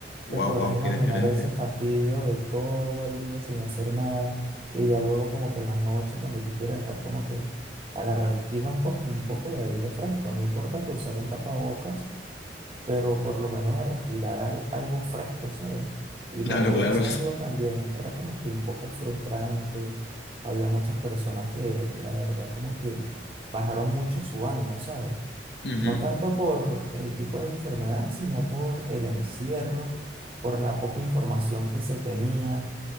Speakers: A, on the left (about 65°); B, on the right (about 30°).
A: Wow,
B: te podrás
A: wow,
B: imaginar
A: qué diferencia.
B: ese fastidio de todo el día sin hacer nada y ya luego como que en las noches cuando tú quieras estar como que agarrar, digamos como que un poco de aire fresco, no importa que usar un tapabocas pero por lo menos a respirar al- algo fresco, ¿sabes? Y
A: Claro,
B: no poder
A: claro.
B: hacerlo también era como que un poco frustrante. Había muchas personas que, la verdad, como que bajaron mucho su ánimo, ¿sabes?
A: Ujú.
B: No tanto por el tipo de enfermedad, sino por el encierro, por la poca información que se tenía.